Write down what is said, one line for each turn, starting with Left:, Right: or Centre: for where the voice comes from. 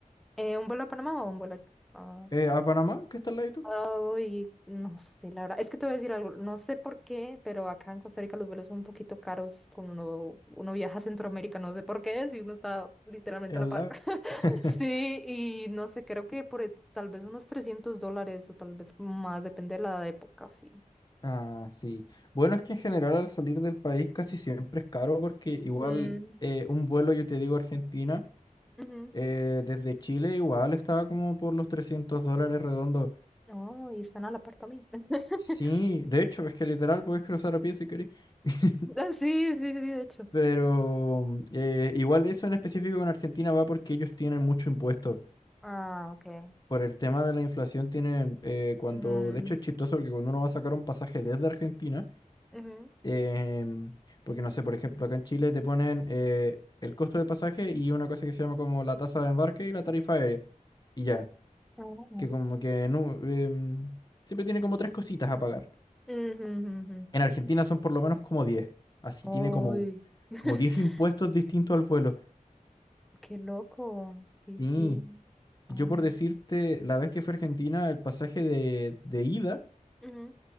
Centre: Eh, ¿un vuelo a Panamá o un vuelo a...
Left: Eh, ¿a Panamá? ¿Qué está al lado?
Centre: Ay, no sé, la verdad. Es que te voy a decir algo. No sé por qué, pero acá en Costa Rica los vuelos son un poquito caros cuando uno, uno viaja a Centroamérica. No sé por qué, si uno está literalmente
Left: Al
Centre: a la par.
Left: lado.
Centre: <laughs>
Left: <laughs>
Centre: Sí, y no sé, creo que por e- tal vez unos trescientos dólares o tal vez más, depende de la época, sí.
Left: Ah, sí. Bueno, es que en general al salir del país casi siempre es caro porque igual
Centre: Mm,
Left: eh, un vuelo, yo te digo, a Argentina,
Centre: Ujú.
Left: eh, desde Chile igual estaba como por los 300 dólares redondo.
Centre: No, y están a la par también. <laughs>
Left: Sí, de hecho, es que literal podés cruzar a pie si querés. <laughs>
Centre: Ah, Sí, sí, sí, de hecho.
Left: Pero mm, eh, igual eso en específico con Argentina va porque ellos tienen mucho impuesto.
Centre: Ah, ok.
Left: Por el tema de la inflación tienen, eh, cuando,
Centre: Mm,
Left: de hecho es chistoso porque cuando uno va a sacar un pasaje desde Argentina,
Centre: ujú.
Left: em, porque no sé, por ejemplo, acá en Chile te ponen eh, el costo del pasaje y una cosa que se llama como la tasa de embarque y la tarifa aérea. Y ya,
Centre: oh.
Left: que como que no, em, siempre tiene como tres cositas a pagar.
Centre: Ujú, ujú,
Left: En Argentina son por lo menos como 10, Así
Centre: ujú.
Left: tiene como,
Centre: Uy. <laughs>
Left: como 10 impuestos distintos al vuelo.
Centre: Qué loco. Sí,
Left: Sí,
Centre: sí. Ay.
Left: yo por decirte, la vez que fui a Argentina, el pasaje de, de ida
Centre: Ujú.